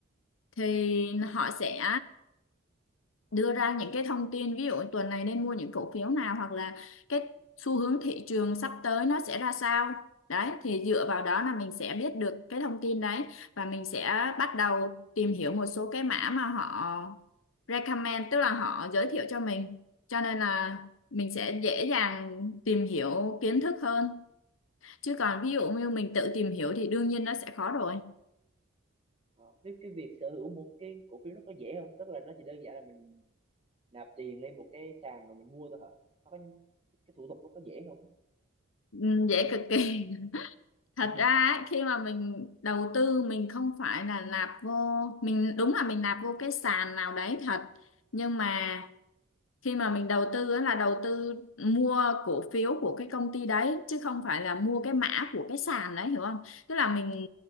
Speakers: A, on the left; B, on the right.
A: thì họ sẽ đưa ra những cái thông tin ví dụ tuần này nên mua những cổ phiếu nào hoặc là cái xu hướng thị trường sắp tới nó sẽ ra sao đấy thì dựa vào đó là mình sẽ biết được cái thông tin đấy và mình sẽ bắt đầu tìm hiểu một số cái mã mà họ recommend tức là họ giới thiệu cho mình cho nên là mình sẽ dễ dàng tìm hiểu kiến thức hơn chứ còn ví dụ như mình tự tìm hiểu thì đương nhiên nó sẽ khó rồi
B: Ờ, cái cái việc sở hữu một cái cổ phiếu nó có dễ không tức là nó chỉ đơn giản là mình nạp tiền lên một cái sàn rồi mình mua thôi hả nó có cái thủ tục nó có dễ không
A: Ừ, dễ cực kỳ thật
B: <laughs>
A: ra ấy, khi mà mình đầu tư mình không phải là nạp vô mình đúng là mình nạp vô cái sàn nào đấy thật nhưng mà khi mà mình đầu tư ấy là đầu tư mua cổ phiếu của cái công ty đấy chứ không phải là mua cái mã của cái sàn đấy hiểu không tức là mình